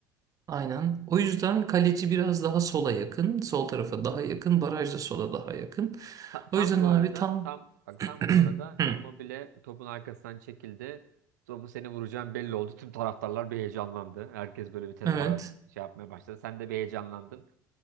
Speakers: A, on the right; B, on the right.
A: Aynen. O yüzden kaleci biraz daha sola yakın, sol tarafa daha yakın, baraj da sola daha yakın.
B: Ta-
A: O
B: tam
A: yüzden
B: bu
A: abi
B: arada
A: tam
B: tam
A: <clears throat>
B: bak tam bu arada
A: Hı.
B: Immobile topun arkasından çekildi. Topu seni vuracağım belli oldu. Tüm taraftarlar bir heyecanlandı. Herkes böyle bir tezahürat
A: Evet,
B: şey yapmaya başladı. Sen de bir heyecanlandın.